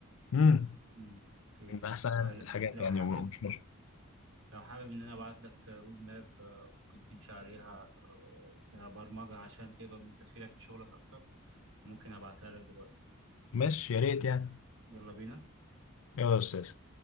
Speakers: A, on the left; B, on the right.
A: امم
B: امم اوكي
A: احسن
B: آه ل-
A: الحاجات
B: لو
A: يعني
B: حابب
A: ومش مش-
B: لو حابب ان انا ابعت لك رود ماب آه ممكن تمشي عليها آه كبرمجة عشان تقدر إن أنت تفيدك في شغلك اكتر ممكن ابعتها لك دلوقتي
A: ماشي يا ريت يعني
B: يلا بينا
A: يلا يا استاذ